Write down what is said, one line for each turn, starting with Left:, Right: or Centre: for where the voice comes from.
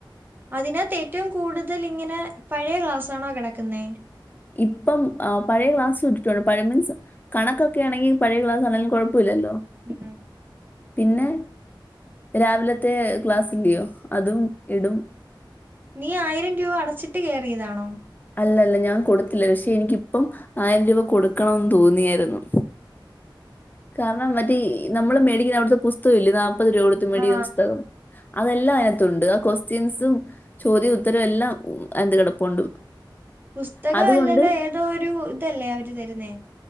Right: അതിനകത്ത് ഏറ്റവും കൂടുതല് ഇങ്ങനെ പഴയ ക്ലാസാണോ കിടക്കുന്നെ
Left: ഇപ്പം പഴയ ക്ലാസ് ഇട്ടിട്ടുണ്ട് പഴയ മീൻസ് കണക്കൊക്കെ ആണെങ്കിൽ പഴയ ക്ലാസ്സ് ആണേലും കുഴപ്പല്ലല്ലോ
Right: ഉം
Left: പിന്നെ രാവിലത്തെ ക്ലാസ് ഇല്ലിയോ അതും ഇടും
Right: നീ ആയിരം രൂപ അടച്ചിട്ട് കേറിയതാണോ
Left: അല്ലല്ല ഞാൻ കൊടുത്തില്ല പക്ഷെ എനിക്കിപ്പം ആയിരം രൂപ കൊടുക്കണംന്ന് തോന്നിയാരുന്നു കാരണം മറ്റേ നമ്മള് മേടിക്കുന്ന അവിടുത്തെ പുസ്തകം ഇല്ലിയോ നാല്പത് രൂപ കൊടുത്ത് മേടിക്കുന്ന
Right: ആ
Left: പുസ്തകം അതെല്ലാം അതിനക്ത്തുണ്ട് ആ ക്വാസ്റ്റിൻസും ചോദ്യം ഉത്തരം എല്ലാം അതിനകത്ത് കിടപ്പുണ്ട്
Right: പുസ്തകമല്ലനെ
Left: അതുകൊണ്ട്
Right: ഏത് എന്തോ ഒരു ഇതല്ലേ അവര് തരുന്നെ